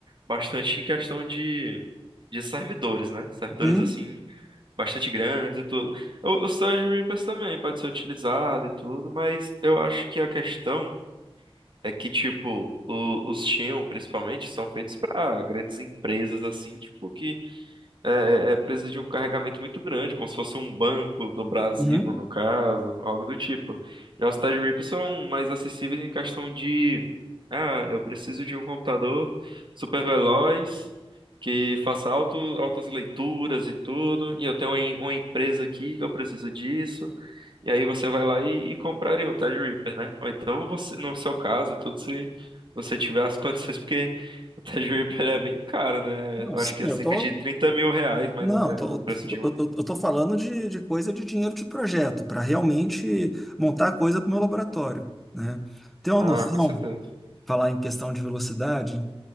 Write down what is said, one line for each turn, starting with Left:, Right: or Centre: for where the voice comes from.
Right: bastante em questão de, de servidores, né? Servidores,
Centre: Uhum,
Right: assim, bastante grandes e tudo. O, o Sérgio Ribas também pode ser utilizado e tudo, mas eu acho que a questão é que, tipo, o- os Xeon, principalmente, são feitos para grandes empresas, assim, tipo, que é, é, é, precisa de um carregamento muito grande, como se fosse um banco do Brasil,
Centre: uhum.
Right: no caso, algo do tipo. Já os TidyRips são mais acessíveis em questão de, ah, eu preciso de um computador super veloz, que faça alto, altas leituras e tudo, e eu tenho uma, em- uma empresa aqui que eu preciso disso, e aí você vai lá e, e compraria um TidyRipper, né? Ou então, você, no seu caso, tudo se você tiver as condições, porque o Ted Reaper é bem caro, né?
Centre: Não,
Right: Eu
Centre: sim,
Right: acho que
Centre: eu
Right: é cerca
Centre: tô.
Right: de trinta mil reais, mais
Centre: Não,
Right: ou menos,
Centre: eu tô,
Right: o preço
Centre: eu
Right: de
Centre: tô,
Right: um.
Centre: eu tô- eu tô falando de, de coisa de dinheiro de projeto, para realmente montar coisa para o meu laboratório, né? Tem uma
Right: Ah,
Centre: noção,
Right: com certeza.
Centre: falar em questão de velocidade?